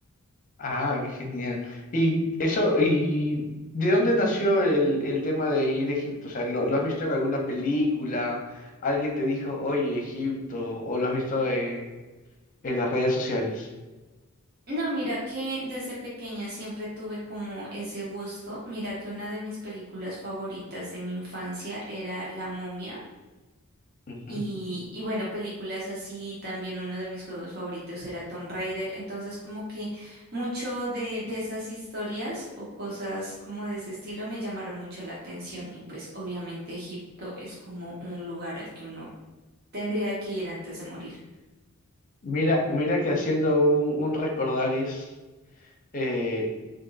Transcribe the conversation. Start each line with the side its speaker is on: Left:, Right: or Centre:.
Left: Ah, qué genial. Y eso, ¿y de dónde nació el, el tema de ir a Egipto? O sea, ¿lo, lo has visto en alguna película? ¿Alguien te dijo, oye, Egipto? ¿O lo has visto en, en las redes sociales?
Right: No, mira que desde pequeña siempre tuve como ese gusto. Mira que una de mis películas favoritas de mi infancia era La Momia.
Left: Ujú.
Right: Y, y bueno, películas así, también uno de mis juegos favoritos era Tomb Raider, entonces como que mucho de, de esas historias o cosas como de ese estilo me llamaron mucho la atención y pues obviamente Egipto es como un lugar al que uno tendría que ir antes de morir.
Left: Mira, mira que haciendo un, un recordaris. eh,